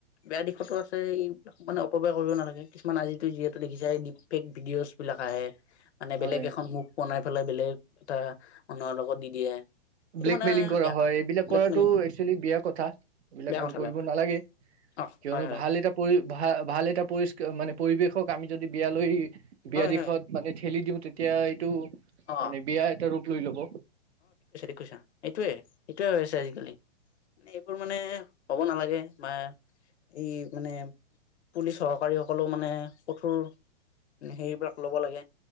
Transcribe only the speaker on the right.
হয়
ব্লেকমেইলিং
কৰা
হয়
এইবিলাক
কৰাতো একচুৱেলি বেয়া কথা এইবিলাক
আমি
কৰিব
নালাগে কিয়নো
ভাল এটা পৰি ভাল ভাল এটা পৰিষ্কাৰ মানে পৰিৱেশক আমি যদি বিয়ালৈ
বিয়া দিশত
মানে খেলি দিওঁ তেতিয়া এইটো
মানে বিয়া এটা ৰূপ লৈ লব